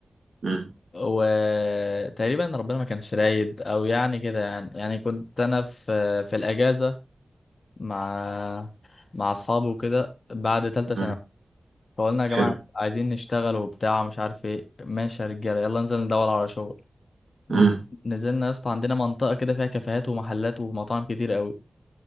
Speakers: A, on the right; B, on the left.
A: مم.
B: وتقريبا ربنا ما كانش رايد او يعني كده يعني يعني كنت انا في في الاجازه مع مع اصحابي وكده بعد ثالثه
A: مم.
B: سنه فقلنا يا جماعه
A: حلو
B: عايزين نشتغل وبتاع مش عارف ايه ماشي يا رجاله يلا ننزل ندور على شغل نز-
A: مم.
B: نزلنا يا اسطى عندنا منطقه كده فيها كافيهات ومحلات ومطاعم كتير قوي